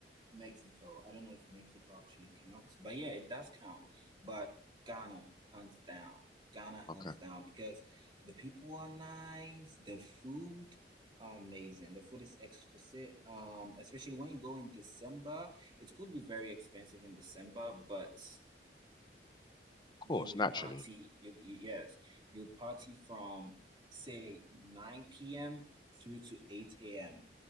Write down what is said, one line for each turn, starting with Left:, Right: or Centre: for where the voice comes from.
Right: Mexico. I don't know if Mexico actually counts, but yeah, it does count. But Ghana, hands down. Ghana, hands
Left: Okay, of
Right: down, because the people are nice, the food are amazing. The food is exquisite. Um, especially when you go in December, it could be very expensive in December, but
Left: course,
Right: you would
Left: naturally.
Right: party. You'd yes, you'd party from say 9 p.m. through to 8 a.m.